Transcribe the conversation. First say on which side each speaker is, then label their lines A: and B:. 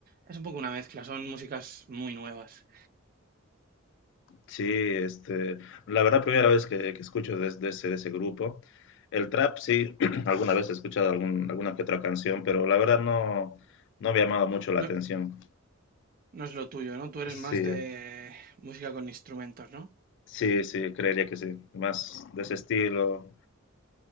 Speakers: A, on the right; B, on the left.
A: Es un poco una mezcla, son músicas muy nuevas.
B: Sí, este, la verdad, primera vez que, que escucho de, de ese, de ese grupo. El trap, sí, <clears throat> alguna vez he escuchado algún- alguna que otra canción, pero la verdad no, no me ha llamado mucho la
A: No,
B: atención.
A: no es lo tuyo, ¿no? Tú eres
B: Sí,
A: más de música con instrumentos, ¿no?
B: sí, sí, creería que sí. Más de ese estilo.